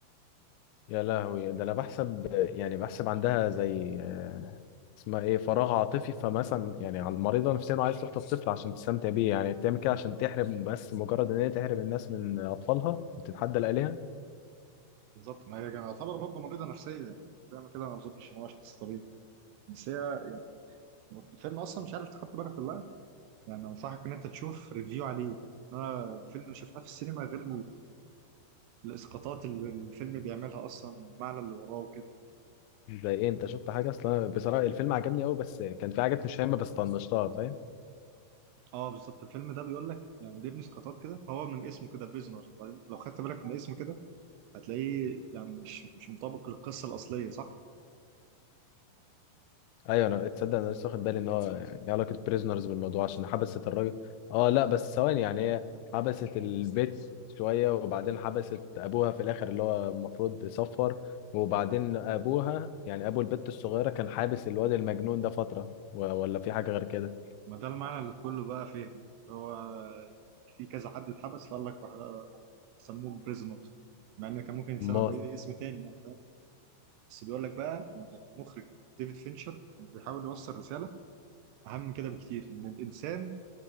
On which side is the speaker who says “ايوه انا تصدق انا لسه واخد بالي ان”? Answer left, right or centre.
Left